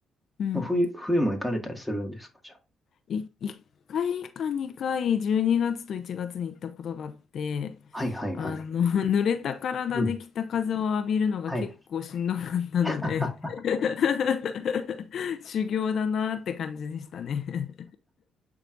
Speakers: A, on the left; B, in the centre.
A: うん
B: あ、冬、冬も行かれたりするんですかじゃあ。
A: い、1回か2回12月と1月に行ったことがあって
B: はいはいはい。
A: あの <laughs> 濡れた体で北風を浴びるのが結構しんどかったので
B: うんはい。<laughs>
A: <laughs> 修行だなって感じでしたね